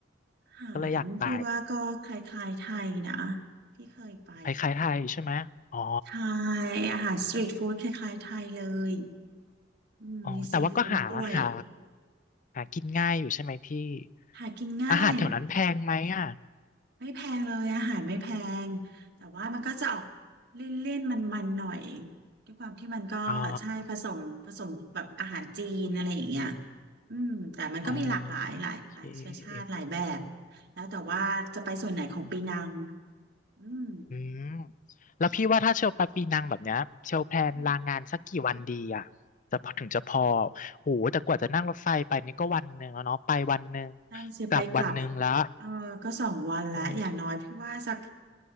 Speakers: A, on the right (about 60°); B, on the left (about 45°).
A: อาหารที่ว่าก็คล้ายๆไทยนะ
B: ก็เลยอยากไป
A: ที่เคยไป
B: คล้ายๆไทยใช่ไหมอ๋อ
A: ไทยอาหารสตรีทฟู้ดคล้ายๆไทยเลยอืมมีซีฟู้ดด้วย
B: อ๋อแต่ว่าก็หาหาหากินง่ายอยู่ใช่ไหมพี่
A: หากินง่าย
B: อาหารแถวนั้นแพงไหมอ่ะ
A: ไม่แพงเลยอาหารไม่แพงแต่ว่ามันก็จะออกเลี่ยนๆมันๆหน่อยด้วยความที่มันก็ใช่ผสมผสมแบบอาหารจีนอะไรอย่างเงี้ย
B: อ๋อ
A: อืมแต่มันก็มีหลากหลายหลายหลายเชื้อชาติหลายแบบ
B: อ๋อโอเค
A: แล้วแต่ว่าจะไปส่วนไหนของปีนังอืม
B: อืมแล้วพี่ว่าถ้าเชลไปปีนังแบบเนี้ยเชลแพลนลางานสักกี่วันดีอ่ะจะพอถึงจะพอ
A: อืม
B: โอ้โหแต่กว่าจะนั่งรถไฟไปนี่ก็วันหนึ่งแล้วเนาะไปวันหนึ่ง
A: นั่นสิไปกลับ
B: กลับวันหนึ่งแล้ว
A: เออก็สองวันแล้วอย่างน้อยพี่ว่าสัก
B: โอ้